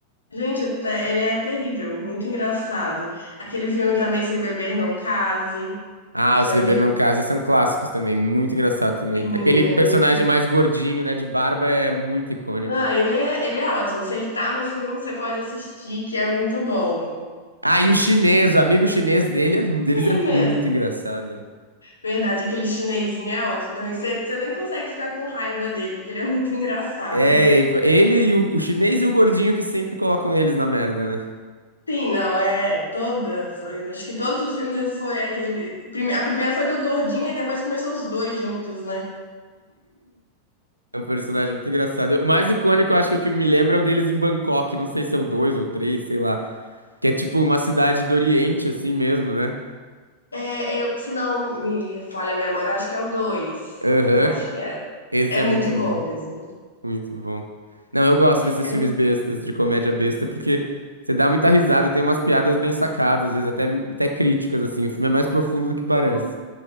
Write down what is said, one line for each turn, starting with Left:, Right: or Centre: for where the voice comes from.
Left: Gente, te- ele é terrível, muito engraçado. Aquele filme também, Se Beber Não Case.
Right: Ah,
Left: Já
Right: Os Beber
Left: viu?
Right: Não Case são clássicos também. Muito engraçado também.
Left: Sim,
Right: Aquele
Left: é
Right: personagem
Left: muito
Right: mais gordinho, né? De barba é muito icônico.
Left: Não, ele é, ele é ótimo. Se ele tá no filme, você pode assistir, que é muito bom.
Right: Ah, e o chinês, o amigo chinês dele é- deles
Left: Aí
Right: é
Left: é mesmo.
Right: muito engraçado.
Left: Verdade, aquele chinesinho é ótimo. Então, você, você nem consegue ficar com raiva dele, porque ele é <laughs> muito engraçado.
Right: É, ele e o, o chinês e o gordinho que sempre colocam eles na merda, né?
Left: Sim, não, é. é, Todas. Acho que todos os filmes ele foi aquele. prime- A primeira foi do Gordinho, e depois começou os dois juntos, né?
Right: É um personagem muito engraçado. O mais icônico, eu acho que o que me lembra é o deles em Bangkok. Não sei se é o dois ou três, sei lá. Que é tipo uma cidade do Oriente, assim mesmo, né?
Left: É, eu- se não me falha a memória, eu acho que é o dois.
Right: Aham.
Left: Eu acho que é.
Right: Esse
Left: É
Right: é
Left: muito
Right: muito
Left: bom
Right: bom.
Left: mesmo.
Right: Muito bom. Não, eu gosto desses
Left: É-
Right: filmes bestas, de comédia besta, porque você dá muita risada, tem umas piadas bem sacadas, às vezes até, até críticas, assim. O filme é mais profundo do que parece.
Left: Sim.